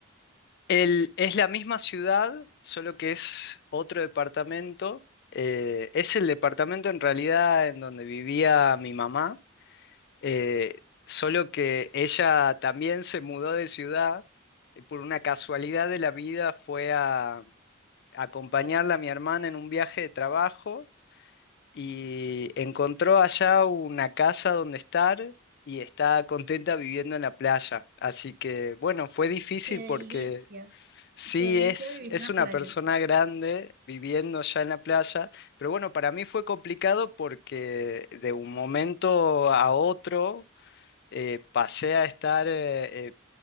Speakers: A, on the left; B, on the right.
A: El- es la misma ciudad, solo que es otro departamento. Eh, es el departamento en realidad en donde vivía mi mamá. Eh, solo que ella también se mudó de ciudad y por una casualidad de la vida fue a, a acompañarla a mi hermana en un viaje de trabajo y encontró allá una casa donde estar y está contenta viviendo en la playa. Así que bueno, fue difícil
B: Qué
A: porque
B: delicia,
A: sí
B: qué delicia
A: es,
B: vivir
A: es
B: en la
A: una
B: playa.
A: persona grande viviendo ya en la playa. Pero bueno, para mí fue complicado porque de un momento a otro eh, pasé a estar eh, eh,